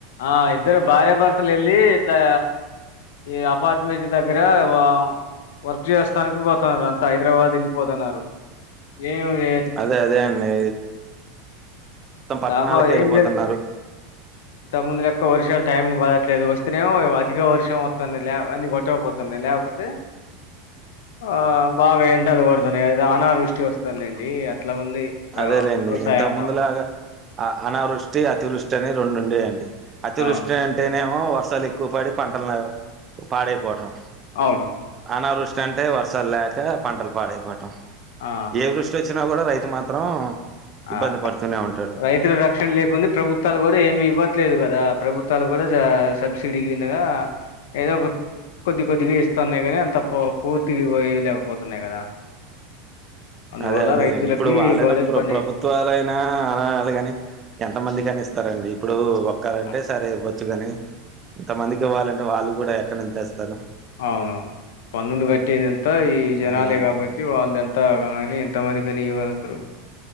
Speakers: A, on the left; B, on the right.
A: ఆ ఇద్దరు భార్యభర్త లెల్లి ఇట్లా ఈ అపార్ట్మెంట్ దగ్గర వా వర్క్ చేస్తానికి పోతన్నారు అంత హైదరాబాద్ ఎళ్ళిపోతన్నారు ఏం ఏ
B: అదే అదే అండి త్తం పట్టణాలకే
A: లాభం
B: ఎళ్ళిపోతున్నారు
A: ఏం లేదు. ఇంత ముందు లెక్క వర్షాలు టైమ్కి పడట్లేదు వస్తేనేమో అధిక వర్షం వత్తంది లే అన్ని గొట్టకపోతున్నాయి లేకపోతే ఆ బాగా ఎండలు పడుతున్నాయి అది అనావృష్టి వస్తుందండి అట్లా ఉంది
B: అదేలేండి
A: ఆ, వ్యవసాయంలో
B: ఇంత ముందులాగా అ అనావృష్టి అతివృష్టి అని రెండుండేయండి అతివృష్టి
A: ఆ
B: అం అంటేనేమో వర్షాలెక్కువ పడి పంటలు పాడైపోటం
A: అవును
B: అనావృష్టి అంటే వర్షాల్లేక పంటలు పాడైపోటం
A: ఆ
B: ఏ వృష్ వచ్చినా కూడా రైతు మాత్రం
A: ఆ
B: ఇబ్బంది పడుతూనే ఉంటాడు
A: రైతుల రక్షణ లేకుంది ప్రభుత్వాలు కూడా ఏమి ఇవ్వట్లేదు కదా ప్రభుత్వాలు కూడా సబ్సిడీ కిందగా ఏదో ఒక కొద్ది కొద్దిగా ఇస్తున్నాయి కానీ అంత పూర్తిగా ఇవ్వలేకపోతున్నాయి కదా అందువల్ల
B: అదే అదే
A: రైతులకి
B: లెండి ఇప్పుడు వాళ్ళైనా
A: కూడా
B: ప్రభుత్వం
A: ఇబ్బంది
B: ప్రభుత్వాలయినా అనాలి కాని ఎంతమందికి కని ఇస్తారండి ఇప్పుడు ఒక్కళంటే
A: ఆ
B: సరే ఇవ్వ చ్చు కాని ఎంత మందికి ఇవ్వాలంటే వాళ్ళు కూడా ఎక్కడ నుండి తేస్తారు
A: అవును పన్నులు కట్టేదింత ఈ జనాలే
B: ఆ
A: కాబట్టి వాళ్ళు ఎంత త ఎంత మంది కని ఇవ్వగలుగుతారు